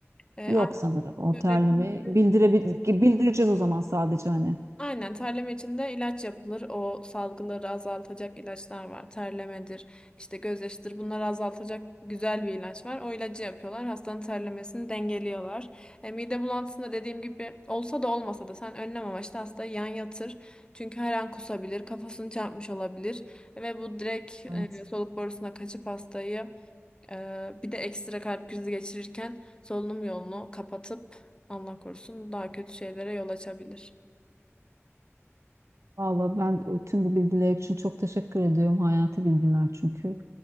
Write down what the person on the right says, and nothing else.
Yok
sanırım. O
terlemeyi
bildirebil bildireceğiz o zaman sadece hani.
Evet.
Valla ben e, tüm bu bilgiler için çok teşekkür ediyorum. Hayati bilgiler çünkü.